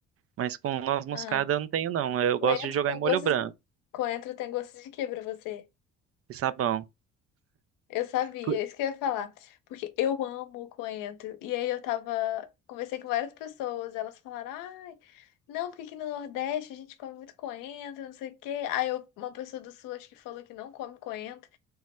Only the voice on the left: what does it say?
Ah,
coentro
tem
gostos
de... Coentro tem gostos de quê pra você?
Eu sabia,
é isso que eu ia falar. Porque eu amo o coentro. E aí eu tava. Conversei com várias pessoas, elas falaram, ai, não, porque aqui no Nordeste a gente come muito coentro, não sei o quê. Aí eu- uma pessoa do Sul acho que falou que não come coentro.